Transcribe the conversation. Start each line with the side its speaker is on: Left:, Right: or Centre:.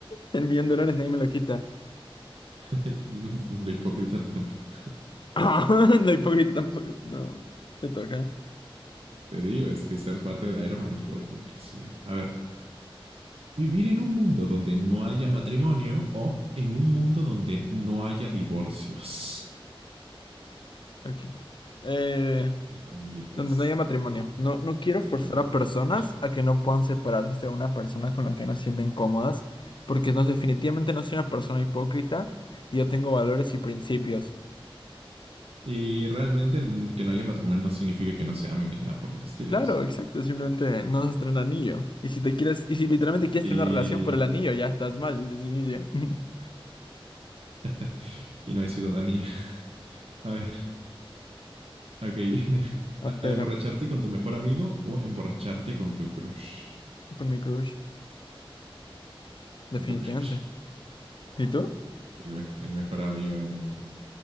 Left: El millón de dólares nadie me lo quita.
Right: <laughs> la hipócrita tampoco.
Left: <laughs> No, hipócrita tampoco. No, te toca.
Right: Te digo, es que ser parte de Iron Man es por hipocresía. A ver, vivir en un mundo donde no haya matrimonio o en un mundo donde no haya divorcios.
Left: Ok. Eh,
Right: ¿Cuál eliges?
Left: Donde no haya matrimonio. No, no quiero forzar
Right: Redobleta.
Left: a personas a que no puedan separarse de una persona con la que no se sienten cómodas, porque no, definitivamente no soy una persona hipócrita y yo tengo valores y principios.
Right: Y realmente n- que no haya matrimonio no significa que no se amen ni nada por el estilo,
Left: Claro,
Right: así que...
Left: exacto, simplemente no se el anillo. Y si te quieres, y si literalmente quieres
Right: Y...
Left: tener una relación por el anillo, ya estás mal desde el inicio. <laughs>
Right: <laughs> y no hay ciudadanía. <laughs> A ver, ok. <laughs>
Left: Ah, pero
Right: ¿A emborracharte con tu mejor amigo o emborracharte con tu crush?
Left: por mi crush, definitivamente.
Right: Con tu crush. <laughs>
Left: ¿Y tú?
Right: El, me- el mejor amigo, no, hombre.